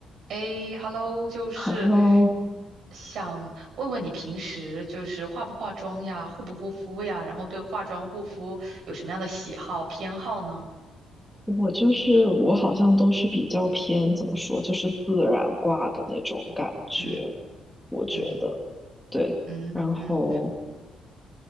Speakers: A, on the right (about 65°); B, in the centre.
A: 诶 h e l l o 就是
B: 然后
A: 想问问你平时就是化不化妆呀，护不护肤呀，然后对化妆护肤有什么样的喜好偏好呢？
B: 我就是我好像都是比较偏怎么说，就是自然挂的那种感觉，
A: 嗯
B: 我觉得
A: 嗯
B: 对。
A: 嗯嗯
B: 然后